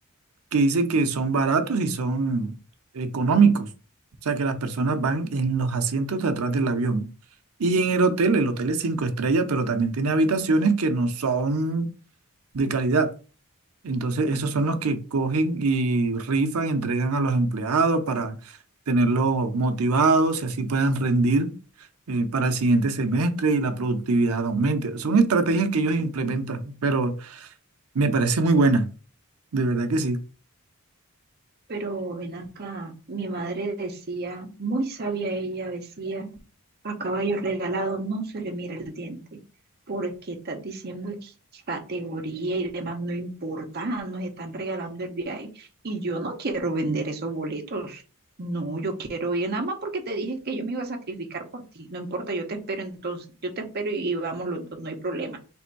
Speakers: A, on the right; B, on the right.
A: que dicen que son baratos y son económicos. O sea, que las personas van en los asientos de atrás del avión. Y en el hotel, el hotel es cinco estrellas, pero también tiene habitaciones que no son de calidad. Entonces, esos son los que cogen y rifan, entregan a los empleados para tenerlos motivados y así puedan rendir eh, para el siguiente semestre y la productividad aumente. Son estrategias que ellos implementan, pero me parece muy buena, de verdad que sí.
B: Pero ven acá, mi madre decía, muy sabia ella, decía A caballo regalado no se le mira el diente, porque estás diciendo que categoría y demás no importa, nos están regalando el viaje y yo no quiero vender esos boletos. No, yo quiero ir nada más porque te dije que yo me iba a sacrificar por ti. No importa, yo te espero entonces, yo te espero y vamos los dos, no hay problema